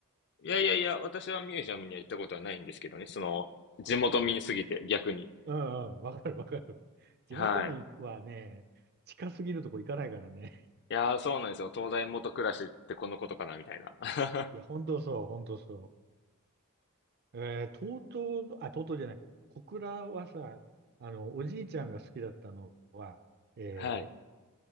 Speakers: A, on the left (about 50°); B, on the right (about 45°).
A: いやいやいや、私はミュージアムには行ったことはないんですけどね。その、地元民すぎて逆に。
B: うんうん、わかるわかる。地元民はね、
A: はい。
B: 近すぎるとこ行かないからね。
A: いやー、そうなんですよ。東大元暮らしってこのことかな、みたいな。<laughs>
B: いや、本当そう、本当そう。えー、とうとうあ、とうとうじゃない、小倉はさ、あの、おじいちゃんが好きだったのは、えー、
A: はい。